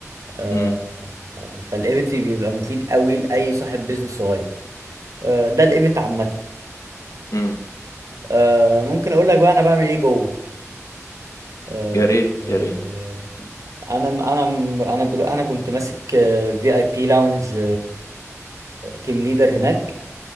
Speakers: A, on the right; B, on the left.
A: آه،
B: مم.
A: فالايفنت بيبقى مفيد قوي لاي صاحب بيزنس صغير آه، ده الايفنت عامه
B: مم.
A: آه، ممكن اقول لك بقى انا بعمل ايه جوه آه،
B: يا ريت
A: آه،
B: يا ريت
A: انا انا انا دلوقتي انا كنت ماسك في اي بي لاونج تيم ليدر هناك